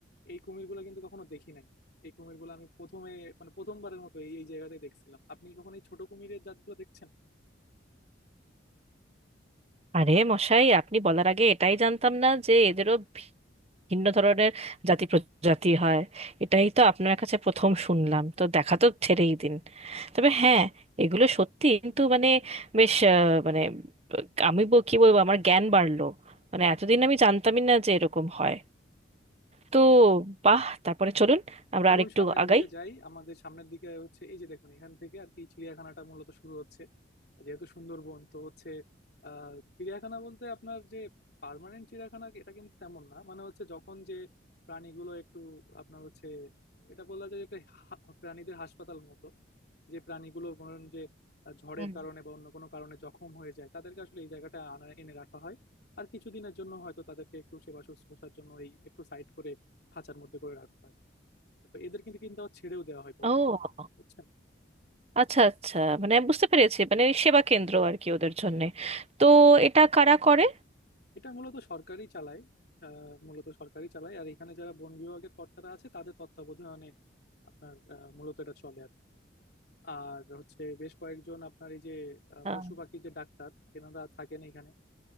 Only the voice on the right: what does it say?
আরে মশাই আপনি বলার আগে এটাই জানতাম না যে এদেরও ভিন্ন ধরনের জাতি প্রজাতি হয় এটাই তো আপনার কাছে প্রথম শুনলাম তো দেখা তো ছেড়েই দিন তবে হ্যাঁ এগুলো সত্যি কিন্তু মানে বেশ আহ, মানে আহ, আমি বল- কি বলবো আমার জ্ঞান বাড়লো মানে এতদিন আমি জানতামই না যে এরকম হয় তো বাহ তারপরে চলুন আমরা
আরেকটু
আগাই
হুম
ও
আচ্ছা আচ্ছা মানে বুঝতে পেরেছি মানে ওই সেবা কেন্দ্র আর কি ওদের জন্যে তো এটা কারা করে
আহ,